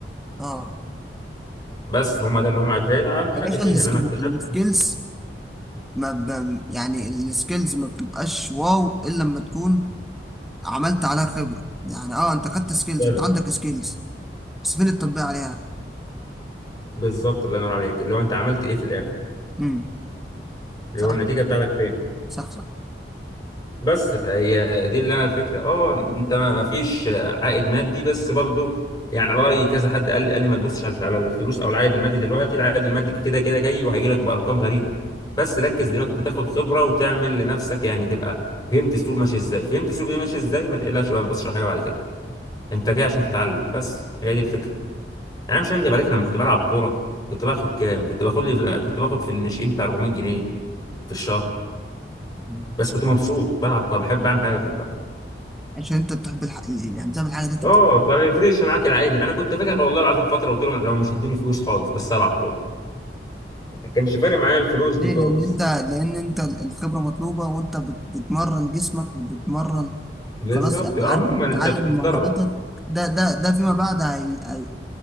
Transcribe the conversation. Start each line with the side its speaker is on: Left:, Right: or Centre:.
Centre: اه
Left: بس هم ده اللي هم عايزين فهيبقى عندك حق
Centre: يا باشا
Left: فيها
Centre: السكيل-
Left: لان انا اكتشفت
Centre: السكيلز ما ب... يعني السكيلز ما بتبقاش واو الا لما تكون عملت عليها خبرة يعني اه انت خدت سكيلز
Left: فعلا
Centre: انت عندك سكيلز بس فين التطبيق عليها؟
Left: بالظبط الله ينور عليك اللي هو انت عملت ايه في الاخر
Centre: امم
Left: اللي
Centre: صح
Left: هو النتيجه بتاعتك فين
Centre: صح صح
Left: بس فهي دي اللي انا الفكره اه انت ما فيش عائد مادي بس برضو يعني رأي كذا حد قال لي قال لي ما تبصش على الف- على الفلوس او العائد المادي دلوقتي العائد المادي كده كده جاي وهيجي لك بارقام غريبه بس ركز دلوقتي انت تاخد خبره وتعمل لنفسك يعني تبقى فهمت السوق ماشي ازاي فهمت السوق ده ماشي ازاي ما تقلقش بقى ما تبصش على حاجه بعد كده انت جاي عشان تتعلم بس هي دي الفكره يعني انا مش هكدب عليك أنا لما كنت بلعب كوره كنت باخد كام كنت باخد لي في... كنت باخد في الناشئين بتاع 400 جنيه في الشهر
Centre: مم.
Left: بس كنت مبسوط بلعب كوره بحب اعمل حاجه بحبها
Centre: عشان انت بتحب الح... يعني بتعمل حاجة اللي انت
Left: اه فما يفرقش معاك العادي انا كنت فاكر والله العظيم فتره قلت لهم لو مش هتدوني فلوس خالص بس العب كوره ما كانش فارق معايا الفلوس دي
Centre: ليه
Left: خالص
Centre: لان انت لان انت الخبره مطلوبه وانت بت- بتمرن جسمك وبتمرن
Left: بالظبط
Centre: خلاص يعني
Left: عموما
Centre: عارف بتعلم
Left: انت بتتدرب
Centre: مهاراتك ده ده ده فيما بعد هي هي